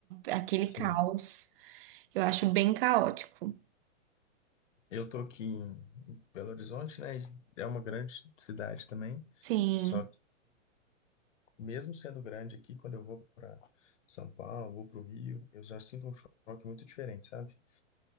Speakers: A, on the right (about 45°); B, on the left (about 70°).
A: Aquele
B: Sim.
A: caos, eu acho bem caótico.
B: Eu tô aqui em Belo Horizonte, né? e É uma grande cidade também.
A: Sim,
B: Só que, mesmo sendo grande aqui, quando eu vou para São Paulo, vou para o Rio, eu já sinto um choque muito diferente, sabe?